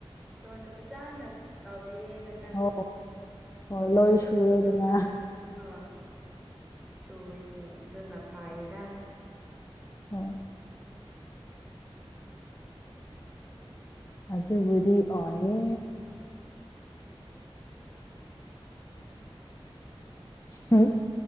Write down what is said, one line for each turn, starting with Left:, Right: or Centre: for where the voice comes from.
Centre: ꯏꯁꯣꯔꯅ ꯐꯖꯥꯅ ꯇꯥꯎꯕꯤꯌꯦ ꯇꯅ
Left: ꯑꯣ ꯍꯣꯏ ꯂꯣꯏ
Centre: ꯑꯗꯨ
Left: ꯁꯨꯔꯦꯗꯅ
Centre: ꯑꯗꯨꯅꯀ ꯑ ꯁꯨꯋꯦ ꯁꯨꯋꯦ ꯑꯗꯨꯅ ꯐꯥꯏꯌꯦꯗ
Left: ꯍꯣꯏ ꯑꯖꯨꯕꯨꯗꯤ ꯑꯣꯌꯦ ꯍꯨꯝ